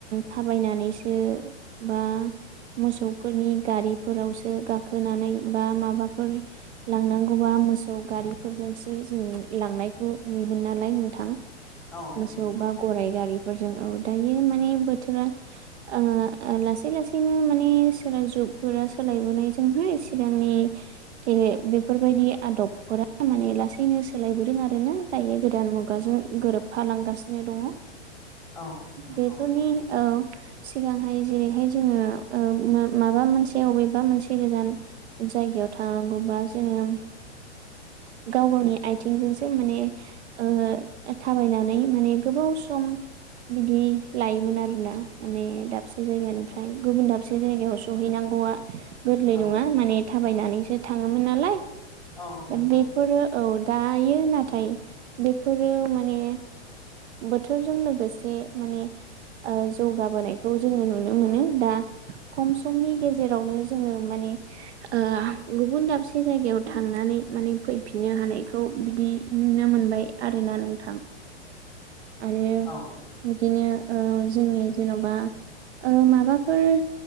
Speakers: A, on the right (about 70°); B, in the centre.
A: थाबायनानैसो बा मोसौफोरनि गारि फोरावसो गाखोनानै बा माबाफोर लांनांगौबा मोसौ गारिफोरजोंसो जों लांनायखौ नुयोमोन नालाय नोंथां।
B: औ
A: मोसौ
B: नंगौ
A: बा गराइ गारि फोरजों औ। दायो माने बोथोरा ओ ओ लासै लासैनो माने सारा जुग फोरा सोलायबोनायजोंहाय सिगांनि बे बेफोरबायदि आदबफोरा माने लासैनो सोलायबोदों आरो ना दायो गोदान मुगाजों गोरोबफालांगासिनो दङ।
B: औ नंगौ
A: बेफोरनि औ। सिगांहाय जेरैहाय जोङो ओ उम माबा मोनसे जे अबेबा मोनसे गोजान जायगायाव थानांगौबा जोङो गाव गावनि आथिंजोंसो माने ओ थाबायनानै माने गोबाव सम बिदि लायोमोन आरोना ।माने दाबसे जायगानिफ्राय गुबुन दाबसे जायगायाव सहैनां गौआ गोरलै
B: औ
A: नङा ।माने थाबायनानैसो थाङोमोन नालाय
B: औ नंगौ
A: बेफोरो औ दायो नाथाय बेफोरो माने बोथोरजों लोगोसे माने ओ जौगाबोनायखौ जोङो नुनो मोनो दा खम समनि गेजेरावनो जोङो माने ओ गुबुन दाबसे जायगायाव थांनानै माने फैफिन नो हानायखौ बिदि नुनो मोनबाय आरोना नोंथां। आरो
B: औ
A: बिदिनो ओ जोंनि जेन'बा ओ माबाफोर